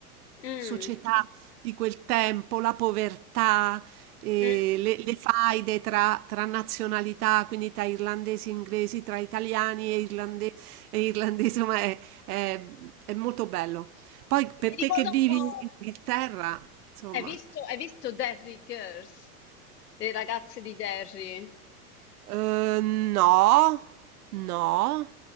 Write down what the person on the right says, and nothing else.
società di quel tempo, la povertà, eh,
le, le faide tra, tra nazionalità, quindi tra irlandesi e inglesi, tra italiani e, irlande- e irlandesi, insomma è, è- è molto bello. Poi per
te che vivi
in
Inghilterra, insomma.
Uhm, no, no.